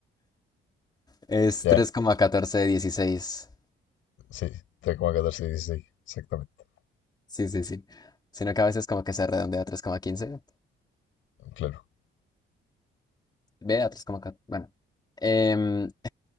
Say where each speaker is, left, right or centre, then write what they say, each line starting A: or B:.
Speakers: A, on the left (about 20°); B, on the left (about 85°).
A: Es
B: ¿Ya?
A: 3,1416.
B: Sí, tres coma catorce dieciséis, exactamente.
A: Sí, sí, sí. Sino que a veces como que se redondea a tres coma quince,
B: Claro.
A: ve a 3,4. Bueno, Em,